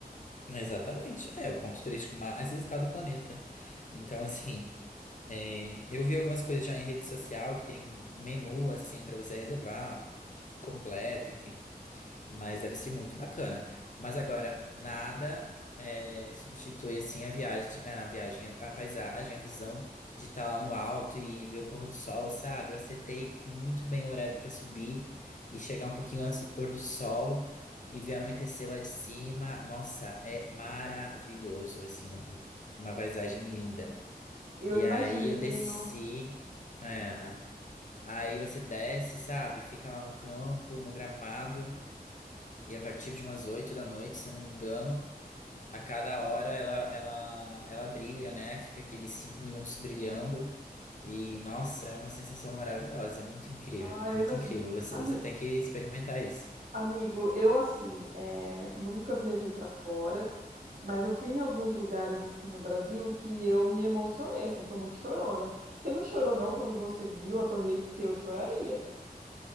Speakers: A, on the left; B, on the right.
A: Exatamente, é o ponto turístico mais visitado do planeta. Então, assim. É, eu vi algumas coisas já em rede social que tem menu assim pra você reservar completo, enfim. Mas deve ser muito bacana. Mas agora, nada é, substitui assim a viagem, a viagem, a, a paisagem, a visão de estar lá no alto e ver o pôr do sol, sabe? Eu acertei muito bem o horário para subir e chegar um pouquinho antes do pôr do sol e ver anoitecer lá de cima. Nossa, é maravilhoso, assim, um- uma paisagem linda.
B: Eu
A: E
B: imagino.
A: aí eu desci. é. Aí você desce, sabe? Fica lá no campo, no gramado. E a partir de umas 8 da noite, se eu não me engano, a cada hora ela, ela, ela brilha, né? Fica aqueles cinco minutos brilhando. E nossa, é uma sensação maravilhosa. É muito incrível,
B: Ah,
A: muito
B: eu imagino.
A: incrível. Você,
B: Ami-
A: você tem que experimentar isso.
B: amigo, eu assim, é, nunca viajei para fora. Mas eu fui em alguns lugares assim no Brasil que eu me emocionei, assim, sou muito chorona. Você não chorou não quando você viu a Torre Eiffel? Porque eu choraria.